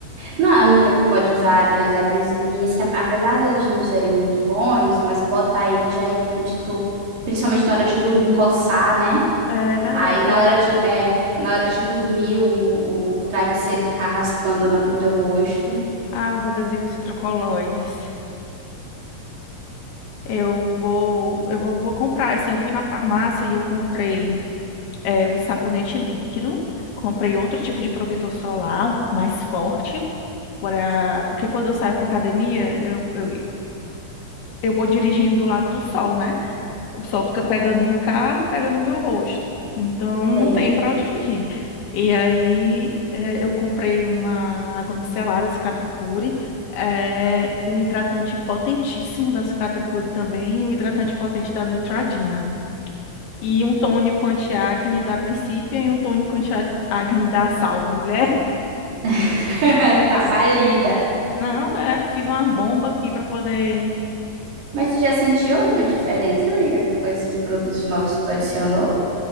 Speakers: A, on the right; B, on the left.
A: Não, amiga, tu pode usar aqueles adesivinhos que, apesar deles não serem muito bons, mas botar ele já evita de tu, principalmente na hora de dormir, coçar, né?
B: é verdade.
A: Aí na hora de, é, na hora de dormir, o, o travesseiro ficar raspando na- no teu rosto.
B: Ah, os adesivos hidrocoloides. Eu vou, eu vou, vou comprar, assim, eu fui na farmácia e eu comprei é, o sabonete líquido, comprei outro tipo de protetor solar, um mais forte, pra, porque quando eu saio para academia, eu, eu, eu vou dirigindo do lado do sol, né? O sol fica pegando no carro e pega no meu rosto. Então
A: É.
B: não tem para onde fugir. E aí eh, eu comprei uma água micelada, Cicatricure, eh, um hidratante potentíssimo da Cicatricure também, e um hidratante potente da Neutrogena. E um tônico anti-acne da Principia e um tônico anti-acne da Salve, mulher. <laughs>
A: <laughs> Tá falida.
B: Não, é, fiz uma bomba aqui para poder
A: Mas tu já sentiu alguma diferença, amiga, com esses produtos novos que tu adicionou?